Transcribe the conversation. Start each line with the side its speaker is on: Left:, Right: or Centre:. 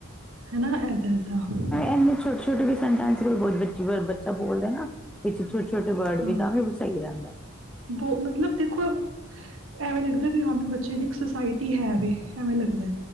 Right: ਹਨਾ ਇੱਦਾਂ ਇੱਦਾਂ
Centre: ਇੰਨੀ ਛੋਟੇ -ਛੋਟੇ ਸਟੈੰਸ ਬੱਚਾ ਬੋਲਦੇ ਨਾ ਵਿੱਚ ਛੋਟੇ ਛੋਟੇ ਵਰਡ ਵੀ
Right: ਹਾਂ
Centre: ਤਾਂ ਵੀ ਸਹੀ ਗੱਲ ਆ।
Right: ਬਹੁ ਮਤਲਬ ਦੇਖੋ ਐਵੇਂ ਲੱਗਦਾ ਵੀ ਹਾਂ ਵੀ ਬੱਚੇ ਦੀ ਇੱਕ ਸੁਸਾਇਟੀ ਹੈ ਵ ਐਵੇਂ ਲੱਗਦਾ,